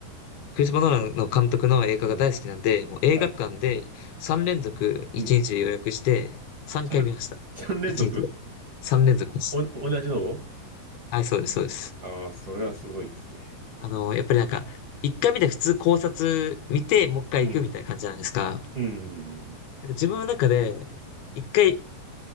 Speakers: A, on the left (about 75°); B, on the right (about 60°).
A: クリストファー・マノーランの監督の映画が大好きなんで、
B: うん。
A: もう映画館で3連続1日で予約して、
B: はい。うん。
A: 3回見ました。
B: 3、三連続
A: 1日で。3連続です。
B: お、同じのを
A: はい、そうです、そうです。
B: ああー、それはすごいですね。
A: あの、やっぱりなんか、一回見て普通考察見て、もう一回行くみたいな感じじゃないですか。
B: うん。うん。
A: なんか自分の中で、一回、